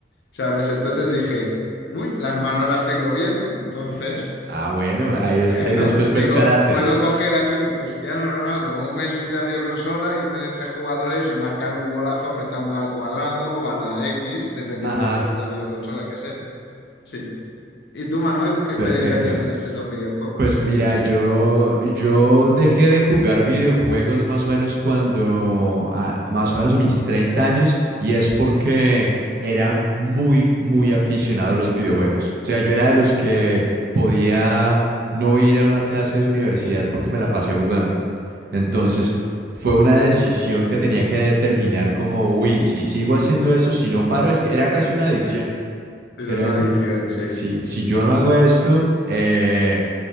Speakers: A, on the left; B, on the right.
A: ¿sabes? Entonces dije, uy, las manos las tengo bien, entonces...
B: Ah, bueno, ahí está.
A: Bueno,
B: Y después
A: digo,
B: fue el karate.
A: puedo coger aquí un Cristiano Ronaldo o un Messi de videoconsola, irme de tres jugadores y marcar un golazo apretando al cuadrado o a la X, dependiendo
B: Ajá,
A: de la videoconsola que sea. Sí. ¿Y tú, Manuel, qué experiencia
B: perfecto.
A: tienes en los videojuegos
B: Pues mira,
A: de fútbol?
B: yo, yo dejé de jugar videojuegos más o menos cuando, ah, más o menos a mis 30 años, y es porque era muy, muy aficionado a los videojuegos. O sea, yo era de los que podía no ir a una clase de universidad porque me la pasé jugando. Entonces, fue una decisión que tenía que determinar como, uy, si sigo haciendo eso, si no paro, es que era casi una adicción.
A: Pero
B: Era
A: una
B: co-
A: adicción, sí.
B: sí, si yo no hago esto, eh,